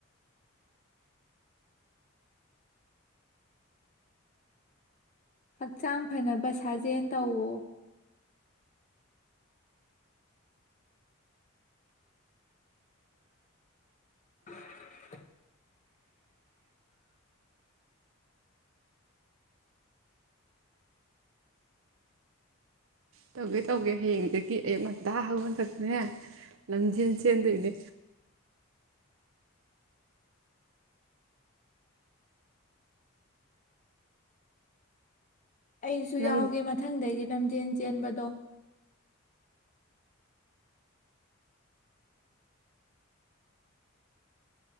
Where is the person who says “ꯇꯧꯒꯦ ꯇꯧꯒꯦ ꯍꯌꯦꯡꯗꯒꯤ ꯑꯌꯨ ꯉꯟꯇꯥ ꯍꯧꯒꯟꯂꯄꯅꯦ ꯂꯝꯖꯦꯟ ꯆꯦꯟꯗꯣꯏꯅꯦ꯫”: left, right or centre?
Right